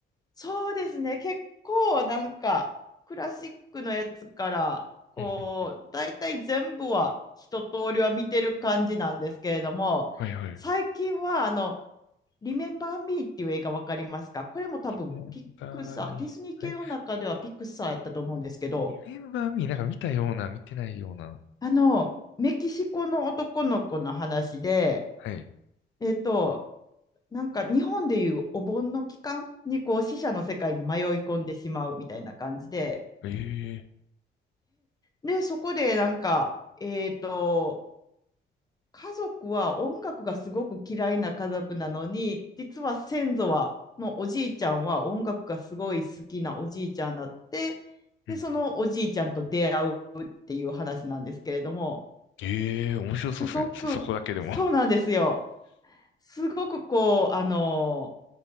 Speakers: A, on the left; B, on the left.
A: そうですね、結構なんかクラシックのやつからこう大体全部は一通りは見てる感じなんですけれども最近はあの
B: うんうんうんはいはい。
A: 「リメンバー・ミー」っていう映画わかりますかこれも多分ピクサーディズニー系の中ではピクサーやったと思うんですけど
B: リメンバーミーはい。r e m e なんか見たような、見てないような。
A: あのメキシコの男の子の話で
B: はい。
A: えっとなんか日本でいうお盆の期間にこう死者の世界に迷い込んでしまうみたいな感じで
B: ええ
A: で、そこでなんか、えっと、家族は音楽がすごく嫌いな家族なのに、実は先祖は、のおじいちゃんは音楽がすごい好きなおじいちゃんだって、
B: うんうん
A: で、そのおじいちゃんと出会うっていう話なんですけれども、
B: ええ面白そうですね。
A: すごく、
B: そ、そこだけでも。
A: そうなんですよ。すごくこう、あの、